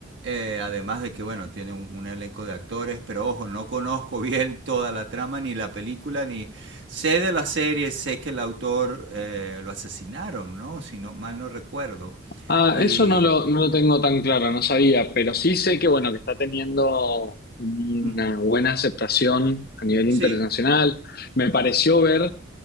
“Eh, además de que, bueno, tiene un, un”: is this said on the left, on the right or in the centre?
Right